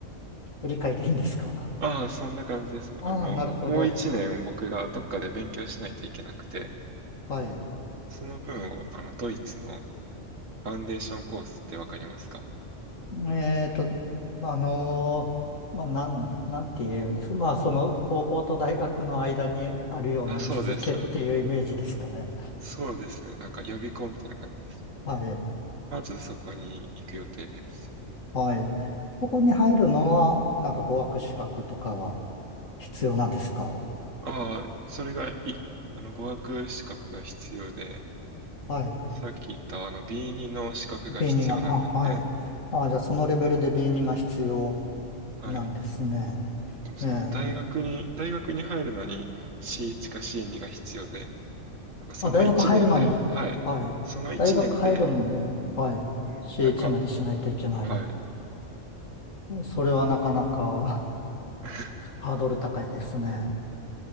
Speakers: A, on the left; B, on the right.
A: 理解でいいんですか
B: ああ、そんな感じです。
A: <laughs> ああ、
B: あの、
A: なるほど。
B: もう1年僕がどっかで勉強しないといけなくて、
A: はい。
B: その分をあのドイツのファウンデーションコースってわかりますか
A: えっと、まああのーまあ、なん、なんて言うんですか。まあ、その、高校と大学の間にあるような位置づけっていうイメージですかね。
B: あ、そうです、そうです。そうですね、なんか予備校みたいな感じです。
A: はい。
B: まずそこに行く予定です。
A: はい。そこに入るのは、なんか語学資格とかは必要なんですか
B: ああ、それがい、あの、語学資格が必要で、
A: はい。
B: さっき言ったあの B2 の資格が必要なんで、
A: B2 が、あ、はい。
B: はい。
A: あ、じゃあそのレベルで B2 が必要
B: はい。
A: なんですね。
B: でもその大学に、
A: ええ。
B: 大学に入るのに C1 か C2 が必要で、なんかその1年で、
A: あ、大学入るのに、
B: はい。
A: はい。
B: その1年で、
A: 大学入るのに、はい。
B: んなんか、
A: C1 までしないといけない。
B: はい。
A: それはなかなか <laughs>
B: <laughs>
A: ハードル高いですね。